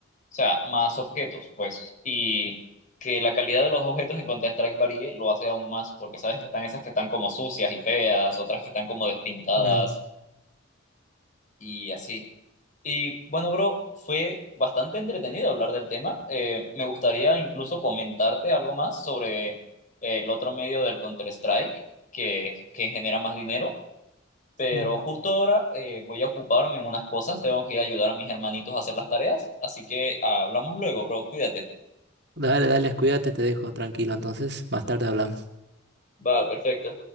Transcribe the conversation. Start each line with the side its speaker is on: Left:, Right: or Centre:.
Left: sea, más objetos, pues, y que la calidad de los objetos en Counter-Strike varíe lo hace aún más, porque sabes que están esas que están como sucias y feas, otras que están como despintadas
Right: Mm,
Left: y así. Y bueno, bro, fue bastante entretenido hablar del tema. Eh, me gustaría incluso comentarte algo más sobre el otro medio del Counter-Strike que, que genera más dinero, pero
Right: mm.
Left: justo ahora eh, voy a ocuparme en unas cosas, tengo que ayudar a mis hermanitos a hacer las tareas, así que ah, hablamos luego, bro, cuídate.
Right: Dale, dale, cuídate, te dejo tranquilo entonces, más tarde hablamos.
Left: Va, perfecto.